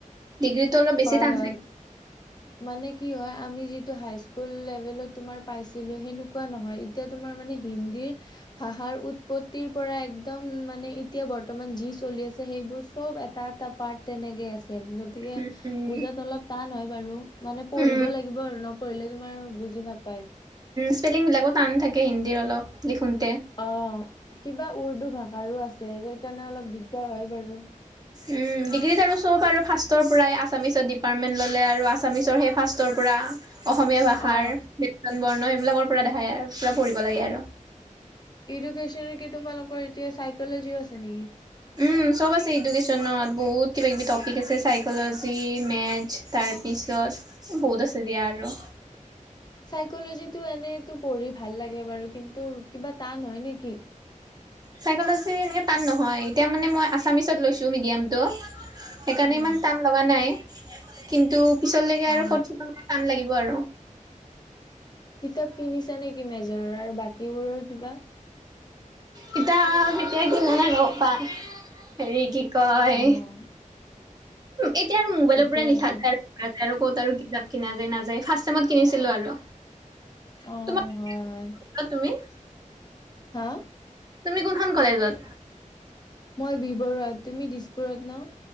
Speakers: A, on the right; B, on the left.
A: ডিগ্ৰীতো অলপ বেছি
B: হয়
A: টান
B: হয়
A: চা
B: মানে কি হয় আমি যিটো হাই স্কুল লেভেলত তোমাৰ পাইছিলো সেনেকুৱা নহয় এতিয়া তোমাৰ মানে হিন্দী ন্দীৰ ভাষাৰ উৎপত্তিৰ পৰা একদম মানে এতিয়া বৰ্তমান যি চলি আছে সেইবোৰ চব এটা এটা পাৰ্ট তেনেকে আছে। গতিকে
A: উম উম
B: বুজাত অলপ টান হয় বাৰু মানে পঢ়িব
A: উম
B: লাগিব। নপঢ়িলে তোমাৰ বুজি নাপায়।
A: স্পেলিংবিলাকো টান থাকে হিন্দীৰ অলপ লিখোন
B: অ কিবা উৰ্দু ভাষাৰো আছে সেইকাৰণে অলপ দিগদাৰ হয় বাৰু।
A: উম ডিগ্ৰীত আৰু সব আৰু ফাৰ্ষ্টৰ পৰাই আছামিছত ডিপাৰ্টমেণ্ট ল'লে আৰু আছামিছৰ সেই ফাৰ্ষ্টৰ পৰা অসমীয়া ভাষাৰ
B: অ
A: কীৰ্তন বৰ্ণ সেইবিলাকৰ পৰা দেখাই আৰ পুৰা পঢ়িব লাগে আৰু।
B: এডুকেশ্যনৰ কি তোমালৰ এতিয়া চাইকলজিও আছে নেকি?
A: উম, চব আছে এডুকেশ্যনত বহুত কিবা-কিবি টপিক আছে চাইকলজি মেথছ তাৰ, তাৰ পিছত বহুত আছে দিয়া আৰু।
B: চাইকলজিটো এনেটো পঢ়ি ভাল লাগে বাৰু কিন্তু কিবা টান হয় নেকি?
A: চাইকলজি এনেকে টান নহয় এতিয়া মানে মই আছামিছত লৈছোঁ মিডিয়ামটো। সেইকাৰণে
B: উম।
A: ইমান টান লগা নাই কিন্তু পিছলৈকে
B: অ'।
A: আৰু ক টান লাগিব। আৰু
B: কিতাপ কিনিছা নেকি মেজৰৰ আৰু বাকীবোৰৰ কিবা।
A: কিতাপ এতিয়া কিনা নাই আৰু পাম হেৰি কি কি কয়,
B: অ',
A: এতিয়া আৰু মোবাইলৰ
B: ঠিকেই
A: পৰা লিখা
B: আছে।
A: যাই আৰু। ক'ত আৰু কিতাপ কিনা যায় নাযায় ফাৰ্ষ্ট টাইমত কিনিছিলো আৰু।
B: অ',
A: তোমক
B: হয়, হয়।
A: অ' তুমি
B: হা
A: তুমি কোনখন কলেজত
B: মই বি বৰুৱা তুমি দিছপুৰত ন।